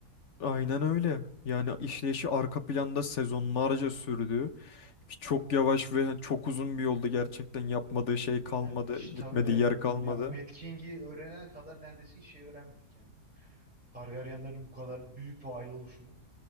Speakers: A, on the left (about 50°); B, in the centre.
A: aynen öyle. Yani işleyişi arka planda sezonlarca sürdü. Ki Çok yavaş ve hani, çok uzun bir yolda gerçekten yapmadığı şey kalmadı.
B: Yani işte
A: Gitmediği
B: evet
A: yer
B: m-
A: kalmadı.
B: yani Mad King'i öğrenene kadar neredeyse hiç şey öğrenmedik yani. Targaryenlerin bu kadar büyük bir aile oluşunu.